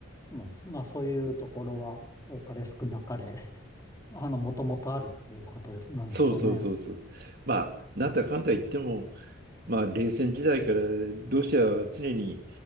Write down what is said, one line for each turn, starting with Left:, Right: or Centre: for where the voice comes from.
Left: まあ、まあ、そういうところは、多かれ少なかれ、<laughs> あの、もともとあるっていうことです、なんでしょうね。
Right: そうそうそうそう。まあなんだかんだ言っても、まあ、冷戦時代からロシアは常に